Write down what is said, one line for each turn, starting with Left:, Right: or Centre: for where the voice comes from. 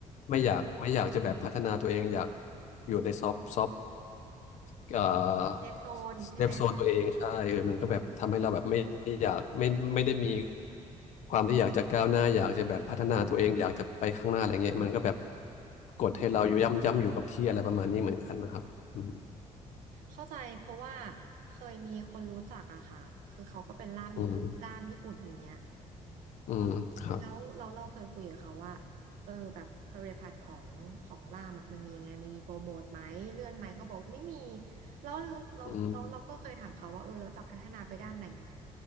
Left: ไม่อยากไม่อยากจะแบบพัฒนาตัวเองอยากอยู่ในซอฟต์ เอ่อ
Right: เซฟโซนใช่ไหม
Left: เซฟโซนตัวเองใช่เออมันก็แบบทำให้เราแบบไม่อยากไม่ไม่ได้มีความที่อยากจะก้าวหน้าอยากจะแบบพัฒนาตัวเองอยากจะไปข้างหน้าอะไรเงี้ยมันก็แบบกดให้เราอยู่ย่ำย่ำอยู่กับที่อะไรประมาณนี้เหมือนกันนะครับอืม
Right: เข้าใจเพราะว่าเคยมีคนรู้จักอะค่ะคือเขาก็เป็นล่ามญี่ล่ามญี่ปุ่นอะไรเงี้ย
Left: อืมอืมครับ
Right: แล้วเราเราเคยคุยกับเขาว่าเออแบบ career path ของของล่ามอะมันมียังไงมันมีโปรโมทไหมเลื่อนไหมเขาบอกไม่มีแล้วเราเราเราก็เคยถามเขาว่าเออเราจะพัฒนาไปด้านไหนไหม
Left: อืม